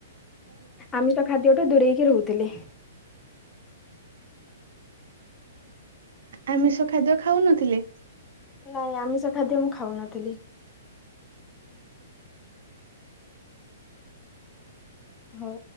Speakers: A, on the left (about 15°); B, on the right (about 70°).
A: ଆମିଷ ଖାଦ୍ୟଠୁ ଦୂରେଇକି ରହୁଥିଲି।
B: ଆମିଷ ଖାଦ୍ୟ ଖାଉନଥିଲେ?
A: ନାଇଁ ଆମିଷ ଖାଦ୍ୟ ମୁଁ ଖାଉନଥିଲି। ହଉ।